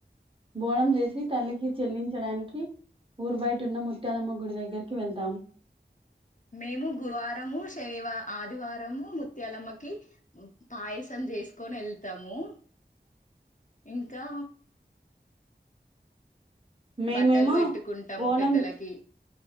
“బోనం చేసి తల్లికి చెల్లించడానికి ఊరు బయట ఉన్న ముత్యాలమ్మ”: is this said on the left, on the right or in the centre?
Right